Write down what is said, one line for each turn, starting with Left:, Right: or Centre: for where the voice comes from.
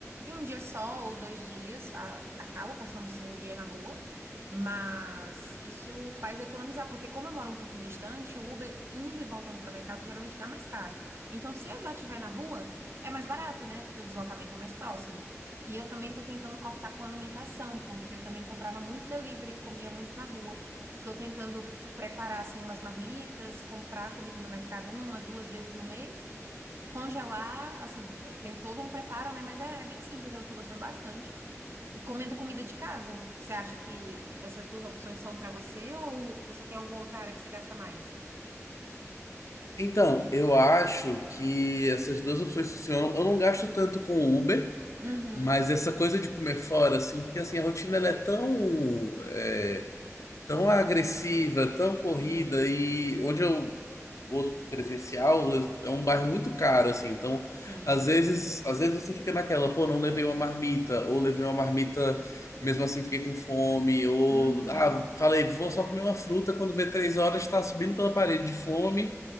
Right: e um dia só ou dois dias, a- acabo passando sim um dia na rua, mas isso faz economizar, porque como eu moro um pouquinho distante, o Uber indo e voltando para minha casa geralmente dá mais caro. Então, se eu já estiver na rua, é mais barato, né? Porque o deslocamento é mais próximo. E eu também estou tentando cortar com alimentação, porque eu também comprava muito delivery, comia muito na rua. Estou tentando preparar assim umas marmitas, comprar comida no mercado uma, duas vezes no mês Congelar, assim, tem todo um preparo, né? Mas é, é bem simples, eu tô gostando bastante. E comendo comida de casa, você acha que essas duas opções são pra você ou você tem alguma outra área que você gasta mais?
Left: Então, eu acho que essas duas opções funcionam. Eu não gasto tanto com o Uber,
Right: Uhum.
Left: mas essa coisa de comer fora, assim, porque assim, a rotina ela é tão é, tão
Right: Corrida,
Left: agressiva,
Right: né?
Left: tão corrida
Right: Uhum.
Left: e onde eu vou presencial é um bairro muito caro assim. Então,
Right: Sim.
Left: às vezes, às vezes você fica naquela, pô, não levei uma marmita ou levei uma marmita mesmo assim fiquei com fome ou
Right: Uhum.
Left: ah, falei, vou só comer uma fruta quando vê três horas tá subindo pela parede de fome